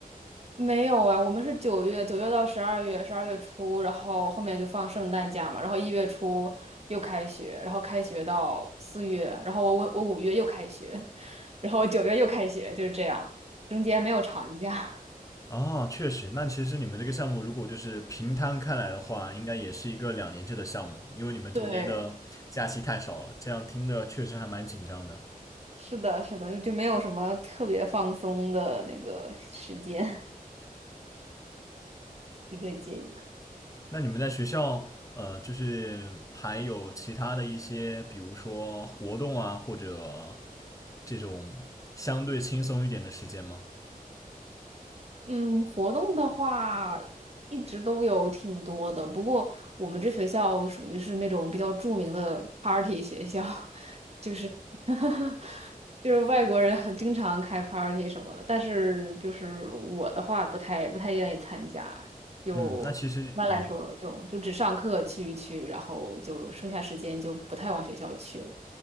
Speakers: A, on the right (about 45°); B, on the left (about 20°).
A: 没有哎，我们是九月，九月到十二月，十二月初，然后后面就放圣诞假嘛，然后一月初又开学，然后开学到四月，然后我我我五月又开学，<laughs> 然后我九月又开学，就是这样，中间没有长假。
B: 啊，确实，那其实你们这个项目如果就是平摊开来的话，应该也是一个两年制的项目，因为你们中间的假期太少了，
A: <laughs> 对，
B: 这样听着确实还蛮紧张的。
A: 是的，是的，就就没有什么特别放松的那个时间，<laughs> 一个接一个。
B: 那你们在学校，呃，就是还有其他的一些，比如说活动啊，或者这种相对轻松一点的时间吗？
A: 嗯，活动的话一直都有挺多的，不过我们这学校属于是那种比较著名的 party 学校，<laughs> 就是 <laughs> 就是外国人很经常开 party 什么的，但是就是我的话不太不太愿意参加，就一般来说就就只上课去一去，
B: 嗯，那其实，嗯。
A: 然后就剩下时间就不太往学校去了。